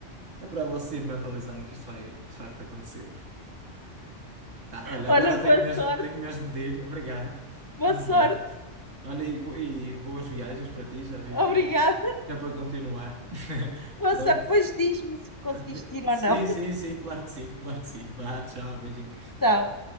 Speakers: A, on the right (about 85°); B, on the left (about 30°).
A: que é para ela se ir mentalizando que isto vai de facto acontecer. Tá, olha,
B: Olha,
A: agora tenho
B: boa
A: mesmo,
B: sorte,
A: tenho mesmo de ir, <laughs> obrigado,
B: boa
A: vamos
B: sorte.
A: ver. Olha, e, bo- e boas viagens para ti, já vi
B: Obrigada.
A: que, que é para continuar. <laughs>
B: Boa
A: Pronto.
B: sorte. Depois diz-me se
A: De-
B: conseguiste ir ou
A: Sim,
B: não.
A: sim, sim, claro que sim, claro que sim. Vá, tchau, beijinho.
B: Então.